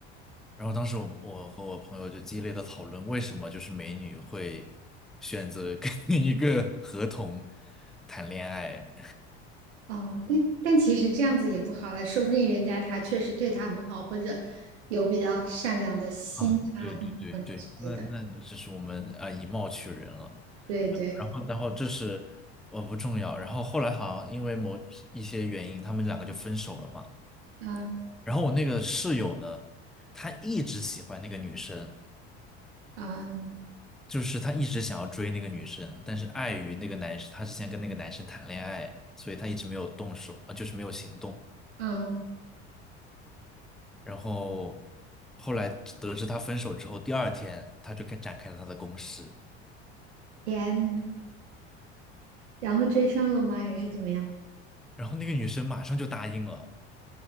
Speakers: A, in the centre; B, on the right.
A: 然后当时我我和我朋友就激烈的讨论，为什么就是美女会选择跟 <laughs> 一个合同谈恋爱？
B: 哦，但但其实这样子也不好了，说不定人家他确实对他很好，或者有比较善良的心啊、
A: 啊，对对对对，
B: 灵魂之类的。
A: 那那这是我们啊以貌取人了。
B: 对对，
A: 然后然后这是呃不重要。然后后来好像因为某一些原因，他们两个就分手了嘛。
B: 嗯
A: 然后我那个室友呢，他一直喜欢那个女生，
B: 嗯
A: 就是他一直想要追那个女生，但是碍于那个男生，他之前跟那个男生谈恋爱，所以他一直没有动手，啊，就是没有行动。
B: 嗯，
A: 然后后来得知他分手之后，第二天他就开展开了他的攻势，
B: 天呐，然后追上了吗？还是怎么样？
A: 然后那个女生马上就答应了。